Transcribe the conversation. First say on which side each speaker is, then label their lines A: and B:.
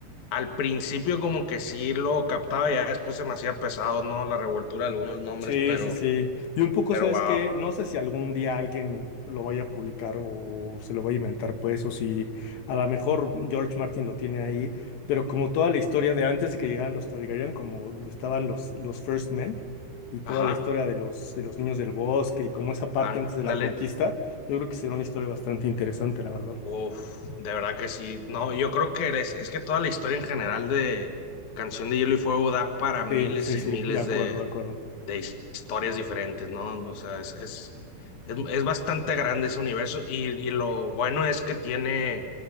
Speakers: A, on the left; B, on the left.
A: Al principio como que sí lo captaba, ya después se me hacía pesado, ¿no? La revoltura de algunos nombres,
B: Sí,
A: pero,
B: sí, sí. Y un poco,
A: pero
B: ¿sabes
A: wow.
B: qué? No sé si algún día alguien lo vaya a publicar o se lo vaya a inventar, pues, o si a lo mejor George Martin lo tiene ahí, pero como toda la historia de antes de que llegaran los Targaryen, como donde estaban los, los First Men y toda
A: Ajá,
B: la historia de los, de los niños del bosque y como esa parte
A: ándale.
B: antes de la conquista, yo creo que será una historia bastante interesante, la verdad.
A: Uf, de verdad que sí. No, yo creo que es, es que toda la historia en general de Canción de Hielo y Fuego da para miles
B: Sí, sí,
A: y
B: sí,
A: miles
B: de acuerdo,
A: de
B: de acuerdo.
A: de historias diferentes, ¿no? O sea, es, es, es, es bastante grande ese universo y, y lo bueno es que tiene,